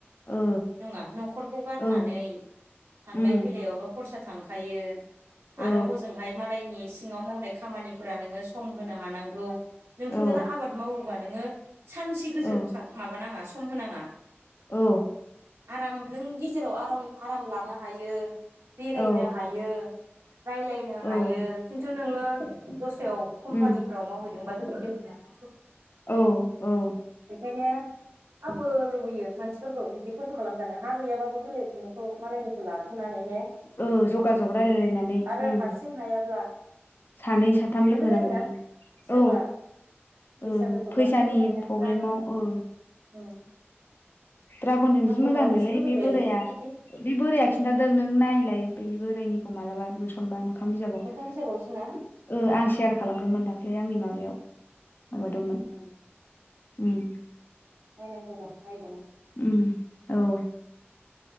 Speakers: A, on the left; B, on the right.
A: ओ
B: नङा न'खरखौ गारनानै
A: औ
B: थांलाय
A: उम
B: फैलायावनो खरसा थांखायो
A: औ
B: आरो हजोंहाय मालायनि सिङाव मावनाय खामानिफोरा नोङो सम होनो हानांगौ नोंथ'
A: औ
B: दा आबाद मावोबा नोङो सानसे गोजौ
A: औ
B: माबानाङा सम होनाङा
A: औ।
B: आराम नों गेजेराव आराम आराम लानो हायो बेरायनो
A: औ
B: हायो। रायलायनो
A: औ
B: हायो खिन्थु नोङो दस्रायाव कम्पानिफोराव
A: उम
B: मावहैदोंबाथ' बिदि मोनाना।
A: औ औ।
B: ओंखायनो आंबो लुबैयो मानसिफोरखौ बिदि खस्थ' खालामजानो हा गैयाबाबो बेलेग नखौ मालायनिखौ लागोन। नानैनो
A: ओ जगाजग रायलायलायनानै
B: आरो
A: उम
B: हारसिं हायाब्ला
A: सानै साथाम
B: बिदिबो
A: लोगो
B: जायोना
A: नांनानै
B: सोरबा
A: औ
B: फैसा
A: ओ
B: होथ'ग्राफोरबो
A: फैसानि
B: थायोना
A: प्रब्लेमाव
B: रां उम
A: ओ ड्रागनजों
B: आंबो
A: जि मोजांनोलै
B: मावनोसो लुबैबायलै
A: बे बोराया
B: बिदि
A: बे बोराइाया खिन्थादों नों नायलाय बे बोरायनि खौ मालाबा नुसनबा मोखां बिजाबाव
B: मोखां बिजाबावसोना
A: ओ आं सेयार खालामदोंमोन दां दाख्लै आंनि माबायाव माबादोंमोन
B: उम।
A: उम।
B: नायनां गौ र' नायगोन आं।
A: उम औ।